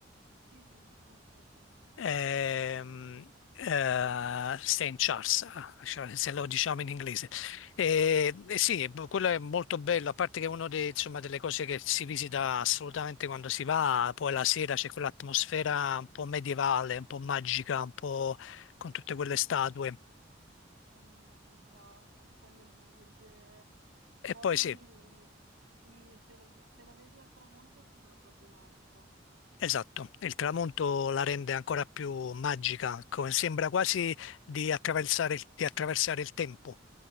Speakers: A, on the right (about 85°); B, on the left (about 85°).
A: Sì, sì, giusto.
B: ehm, eh, St. Charles, ah, cioè, se lo diciamo in inglese. E, e sì, b- quello è molto bello, a parte che è una delle cose che si visita assolutamente quando si va, poi la sera c'è quell'atmosfera un po' medievale, un po' magica, un po' con tutte quelle statue.
A: come città, con quelle guglie.
B: E
A: Poi
B: poi sì.
A: sì, se la, se la vedi al tramonto sembra proprio magica.
B: Esatto, il tramonto la rende ancora più magica, co- sembra quasi di attraversare il, di attraversare il tempo.